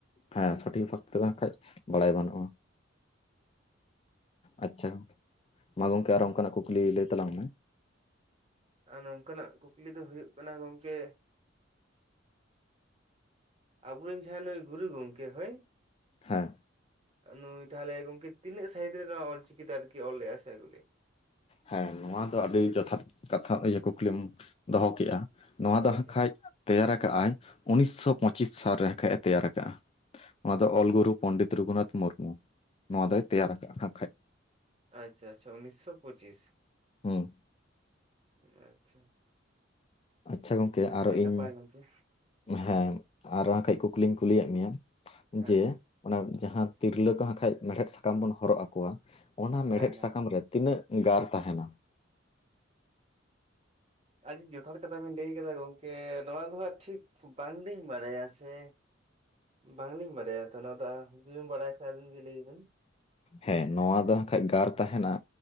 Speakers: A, on the left (about 30°); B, on the right (about 30°).
A: ᱦᱮᱸ ᱥᱚᱴᱷᱤᱠ ᱵᱷᱟᱯ ᱛᱮ ᱫᱚ ᱠᱷᱟᱡ ᱵᱟᱲᱟᱭ ᱵᱟᱹᱱᱩᱜᱼᱟ ᱟᱪᱪᱷᱟ ᱢᱟ ᱜᱚᱢᱠᱮ ᱟᱨᱦᱚ ᱚᱱᱠᱟᱱᱟᱜ ᱠᱩᱠᱞᱤ ᱞᱟᱹᱭ ᱛᱟᱞᱟᱝ ᱢᱮ
B: ᱟ ᱱᱚᱝᱠᱟᱱᱟᱜ ᱠᱩᱠᱞᱤ ᱫᱚ ᱦᱩᱭᱩᱜ ᱠᱟᱱᱟ ᱜᱚᱝᱠᱮ ᱟᱵᱚᱨᱮᱱ ᱡᱟᱦᱟᱸᱭ ᱱᱩᱭ ᱜᱩᱨᱩ ᱜᱚᱢᱠᱮ ᱦᱚᱭ
A: ᱦᱮᱸ
B: ᱱᱩᱭ ᱛᱟᱦᱚᱞᱮ ᱜᱚᱝᱠᱮ ᱛᱤᱱᱟᱹᱜ ᱥᱟᱦᱤᱛ ᱨᱮ ᱚᱞᱪᱤᱠᱤᱛᱮ ᱟᱨᱠᱤ ᱚᱞ ᱞᱮᱜᱼᱟ ᱥᱮ ᱟᱜᱩᱞᱮᱜ
A: ᱦᱮᱸ ᱱᱚᱣᱟ ᱫᱚ ᱟᱹᱰᱤ ᱡᱚᱛᱷᱟᱛ ᱠᱟᱛᱷᱟ ᱤᱭᱟᱹ ᱠᱩᱠᱞᱤᱢ ᱫᱚᱦᱚ ᱠᱮᱫᱼᱟ ᱱᱚᱣᱟ
B: ᱦᱳᱭ
A: ᱫᱚ ᱦᱟᱸᱜ
B: ᱦᱳᱭ
A: ᱠᱷᱟᱡ ᱛᱮᱭᱟᱨ ᱠᱟᱜᱼ ᱟᱭ ᱩᱱᱤᱥᱥᱚ ᱯᱳᱪᱤᱥ ᱥᱟᱞ ᱨᱮ ᱠᱟᱱᱡ ᱮ ᱛᱮᱭᱟᱨ ᱟᱠᱟᱜᱼᱟ ᱱᱚᱣᱟ ᱫᱚ ᱚᱞᱜᱩᱨᱩ ᱯᱚᱱᱰᱤᱛ ᱨᱚᱜᱷᱩᱱᱟᱛᱷ ᱢᱩᱨᱢᱩ ᱱᱚᱣᱟ ᱫᱚᱭ ᱛᱮᱭᱟᱨ ᱟᱠᱟᱜᱼᱟ ᱟᱸᱜ ᱠᱷᱟᱡ
B: ᱟᱪᱪᱷᱟ ᱟᱪᱪᱷᱟ ᱩᱱᱤᱥᱥᱚ ᱯᱳᱪᱤᱥ
A: ᱦᱩᱸ
B: ᱚ ᱟᱪᱪᱷᱟ
A: ᱟᱪᱪᱷᱟ ᱜᱚᱝᱠᱮ ᱟᱨᱚ
B: ᱟᱹᱰᱤ
A: ᱤᱧ
B: ᱱᱟᱯᱟᱭ ᱜᱚᱝᱠᱮ ᱦᱩᱸ
A: ᱦᱮᱸ ᱟᱨ ᱦᱚᱸ ᱟᱠᱷᱟᱡ ᱠᱩᱠᱞᱤᱧ ᱠᱩᱞᱤᱭᱮᱫ ᱢᱮᱭᱟ
B: ᱦᱮᱸ
A: ᱡᱮ ᱚᱱᱟ ᱡᱟᱦᱟᱸ ᱛᱤᱨᱞᱟᱹ ᱠᱚ ᱠᱷᱟᱱ ᱢᱮᱲᱦᱮᱫ ᱥᱟᱠᱟᱢ ᱵᱚᱱ ᱦᱚᱨᱚᱜ ᱟᱠᱚᱣᱟ ᱚᱱᱟ
B: ᱦᱮᱸ
A: ᱢᱮᱲᱦᱮᱫ
B: ᱦᱮᱸ
A: ᱥᱟᱠᱟᱢ ᱨᱮ ᱛᱤᱱᱟᱹᱜ ᱜᱟᱨ ᱛᱟᱦᱮᱱᱟ
B: ᱟᱹᱰᱤ ᱡᱚᱛᱷᱟᱛ ᱠᱟᱛᱷᱟ ᱵᱮᱱ ᱞᱟᱹᱭ ᱠᱮᱫᱫᱟ ᱜᱚᱢᱠᱮ ᱱᱚᱣᱟ ᱫᱚᱦᱟᱸᱜ ᱴᱷᱤᱠ ᱵᱟᱝᱞᱤᱧ ᱵᱟᱲᱟᱭᱟ ᱥᱮ ᱵᱟᱝᱞᱤᱧ ᱵᱟᱲᱟᱭᱟ ᱛᱚ ᱱᱚᱣᱟ ᱫᱚ ᱡᱩᱫᱩ ᱵᱤᱱ ᱵᱟᱲᱟᱭ ᱠᱷᱟᱱ ᱜᱮ ᱞᱟᱹᱭ ᱵᱤᱱ
A: ᱦᱮᱸ ᱱᱚᱣᱟ ᱫᱚ ᱦᱟᱸᱜᱠᱷᱟᱡ ᱜᱟᱨ ᱛᱟᱦᱮᱱᱟ